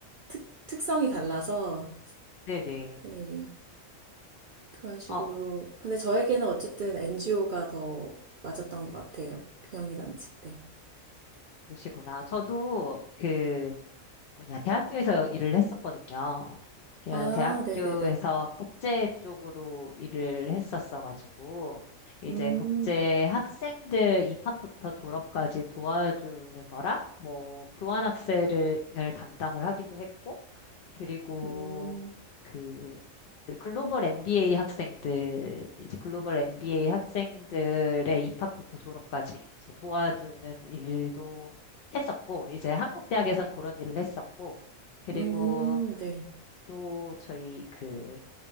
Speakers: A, on the right; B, on the left.
A: 특, 특성이 달라서,
B: 네네.
A: 예, 그런 식으로.
B: 어,
A: 근데 저에게는 어쨌든 NGO가 더 맞았던 것 같아요. 비영리단체.
B: 어,
A: 네.
B: 그러시구나. 저도 그 뭐냐, 대학교에서 일을 했었거든요. 그
A: 아,
B: 대학교에서
A: 네네네.
B: 국제 쪽으로 일을 했었어가지고, 이제
A: 음,
B: 국제 학생들 입학부터 졸업까지 도와주는 거랑, 뭐, 교환학생을 담당을 하기도 했고, 그리고
A: 음,
B: 그, 그 글로벌 MBA 학생들, 이제 글로벌 MBA 학생들의 입학부터 졸업까지 이제 도와주는 일도 했었고, 이제 한국 대학에선 그런 일을 했었고, 그리고
A: 음, 네.
B: 또 저희 그,